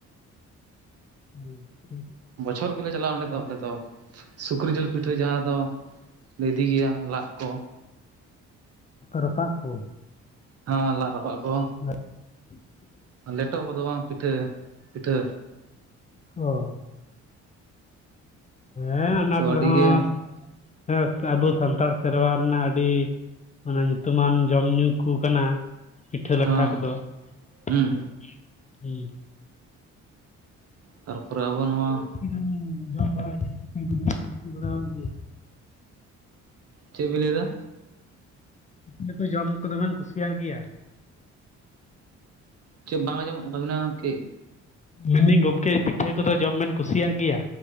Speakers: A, on the left; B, on the right.
A: <inaudible>
B: ᱵᱚᱪᱷᱚᱨ ᱜᱮᱞᱮ ᱪᱟᱞᱟᱜᱼᱟ᱾ ᱚᱸᱰᱮ ᱫᱚ ᱟᱞᱮ ᱫᱚ ᱥᱩᱠᱨᱤ ᱡᱤᱞ ᱯᱤᱴᱷᱟᱹ ᱡᱟᱦᱟᱸ ᱫᱚ᱾ ᱞᱮ ᱤᱫᱤ ᱜᱮᱭᱟ ᱞᱟᱜ ᱠᱚ᱾
A: ᱨᱟᱯᱟ ᱠᱚ᱾
B: ᱦᱮᱸ ᱞᱟᱫ ᱨᱟᱯᱟᱜ ᱠᱚ᱾
A: <inaudible>
B: ᱞᱮᱴᱚ ᱠᱚᱫᱚ ᱵᱟᱝ ᱯᱤᱴᱷᱟᱹ ᱯᱤᱴᱷᱟᱹ᱾
A: ᱚᱸ ᱦᱮᱸ ᱚᱱᱟ
B: ᱛᱚ
A: ᱠᱚᱫᱚ
B: ᱟᱹᱰᱤ
A: ᱦᱚᱸ᱾
B: ᱜᱮ
A: ᱦᱮᱸ ᱟᱵᱚ ᱥᱟᱱᱛᱟᱲ ᱥᱮᱨᱣᱟ ᱨᱮᱱᱟᱜ ᱟᱹᱰᱤ ᱧᱩᱛᱩᱢᱟᱱ ᱡᱚᱢ ᱧᱩ ᱠᱚ ᱠᱟᱱᱟ᱾ ᱯᱤᱴᱷᱟᱹ ᱞᱟᱴᱷᱟ
B: ᱦᱮᱸ
A: ᱠᱚᱫᱚ
B: ᱦᱩᱸ
A: ᱦᱮᱸ ᱦᱮᱸ᱾
B: ᱛᱟᱨᱯᱚᱨᱮ ᱟᱵᱚ ᱱᱚᱣᱟ
A: ᱜᱟᱱ ᱡᱚᱢ ᱵᱟᱲᱟᱭ ᱜᱮᱭᱟ ᱵᱟᱲ ᱜᱮ?
B: ᱪᱮᱫ ᱵᱤᱱ ᱞᱟᱹᱭ ᱮᱫᱟ?
A: ᱪᱮ ᱠᱚ ᱡᱚᱢ ᱠᱚᱫᱚ ᱵᱮᱱ ᱠᱩᱥᱤᱭᱟᱜ ᱜᱮᱭᱟ?
B: ᱪᱮᱫ ᱵᱟᱝ ᱟᱸᱡᱚᱢᱚᱜ ᱛᱟᱵᱤᱱᱟ ᱜᱚᱢᱠᱮ?
A: ᱢᱮᱱᱫᱟᱹᱧ ᱜᱚᱢᱠᱮ ᱯᱤᱴᱷᱟᱹ ᱠᱚᱫᱚ ᱡᱚᱢ ᱵᱮᱱ ᱠᱩᱥᱤᱭᱟᱜ ᱜᱮᱭᱟ?